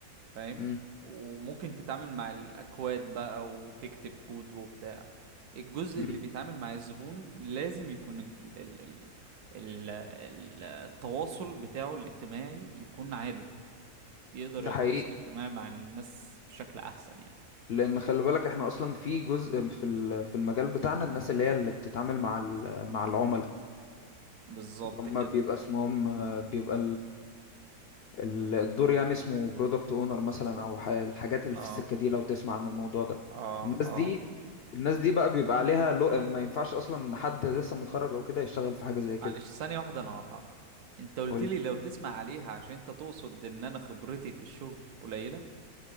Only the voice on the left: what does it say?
امم
امم
ده
حقيقي
لان خلي بالك احنا اصلا في جزء في ال- في المجال بتاعنا الناس اللي هي اللي بتتعامل مع ال- مع العملاء
اللي هم
بيبقى اسمهم آه، بيبقى ال- الدور يعني اسمه برودكت اونر مثلا او ح- الحاجات اللي
في السكه دي لو تسمع عن الموضوع ده
الناس دي
الناس دي بقى بيبقى عليها لو... ما ينفعش اصلا حد لسه متخرج او كده يشتغل في حاجه زي كده
قول
لي